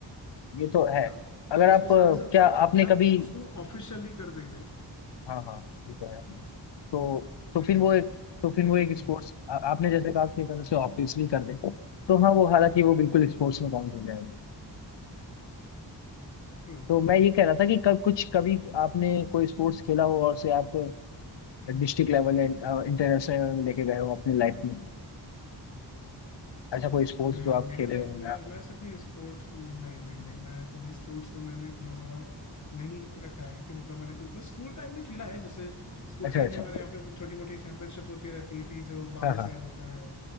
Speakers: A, on the left (about 75°); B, on the left (about 40°).
A: ये तो है
B: हाँ
A: अगर
B: कि उसको
A: आप
B: इस
A: अ,
B: तरह से
A: क्या
B: और
A: आपने
B: जब
A: कभी
B: उसको ऑफिशियली कर देंगे
A: हाँ हाँ ये तो है तो तो
B: जी
A: फिर
B: जी
A: वो
B: जी
A: एक
B: क्या
A: तो फिर वो
B: क्या
A: एक
B: कह
A: स्पोर्ट्स
B: रहा था
A: आपने जैसे कहा कि अगर उसे ऑब्वियसली कर दे तो हाँ वो हालांकि वो बिल्कुल स्पोर्ट्स में काउंट हो जाएगा
B: ट्रू
A: तो मैं ये कह रहा था कि कब कुछ कभी आपने
B: अब
A: कोई स्पोर्ट्स खेला हो और उसे आप
B: <clears throat>
A: डिस्ट्रिक्ट लेवल एंड इंटरनेशनल में लेके गए हो अपनी लाइफ में ऐसा कोई स्पोर्ट्स
B: अ,
A: जो आप
B: मेरे
A: खेले
B: लाइफ
A: हो
B: में
A: या-
B: मैं, मैं सिर्फ ये स्पोर्ट्स नहीं नहीं नहीं मैं कभी स्पोर्ट्स में मैंने इतना ज्यादा नहीं रखा है कि मतलब मैंने कोई- मैं स्कूल टाइम में खेला है जैसे स्कूल
A: अच्छा
B: टाइम
A: अच्छा
B: में हमारे यहाँ पे छोटी मोटी चैंपियनशिप होती रहती थी जो बाबा
A: हाँ हाँ
B: साहेब होता है